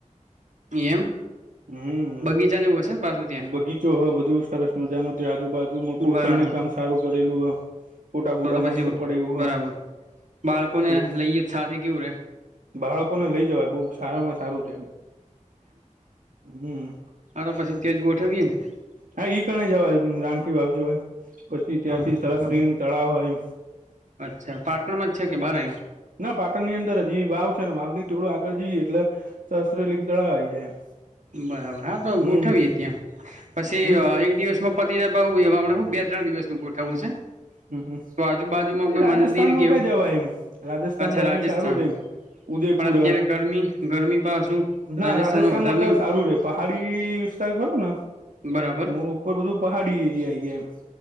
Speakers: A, on the right (about 65°); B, on the right (about 85°).
A: એમ.
B: હમ
A: બગીચાને એવું હશે ને પાછું ત્યાં
B: બગીચો હ બધું સરસ મજા ન ત આજુબાજુ. કોતરની
A: બરાબર
B: કામ સારું કરેલું હ. ફોટા બોટા
A: છો તો પછી
B: મસ્ત પડે એવું
A: બરાબર
B: હ
A: બાળકો
B: પહી
A: ને લઈએ જ સાથે કેવું રે
B: બાળકોને લઈ જવાય બહુ સારામાં સારું છેમ હમ.
A: હારો પછી ત્યાંજ ગોઠવીએ ને.
B: હા ઈ કણે જવાય રાણકી બાપુ જવાય પછી ત્યાંથી
A: હા
B: સરસરીની તળાવ હોય.
A: અચ્છા પાટણમાં છે કે બાર આઈ.
B: ના પાટણ ની અંદર જ એ વાવ છે ને વાવની થોડું આગળ જઈએ એટલે સસ્ત્રલિંગ તળાવ આ આવી જાય એમ.
A: બરાબર હા તો
B: હમ
A: ગોઠવીએ ત્યાં પછી
B: હમ
A: એક દિવસમાં. પતિને બહુ એ હ બે ત્રણ દિવસ નું ગોઠવું છે.
B: હમ હમ
A: તો આજુબાજુમાં
B: પછી
A: કોઈ
B: રાજસ્થાનમાં
A: મંદિર કે એવું
B: કઈ જવાય એમ રાજસ્થાન
A: અચ્છા
B: બાજુ
A: રાજસ્થાન
B: સારું રેમ. ઉદયપુર
A: પણ અત્યારે ગરમી ગરમી પાછું
B: ના રાજસ્થાનમાં
A: વધારે ની
B: તો સારું રે. પહાડી વિસ્તાર ખરો ને
A: બરાબર
B: હ ઉપર બધું પહાડી એરિયા ગયા એમ.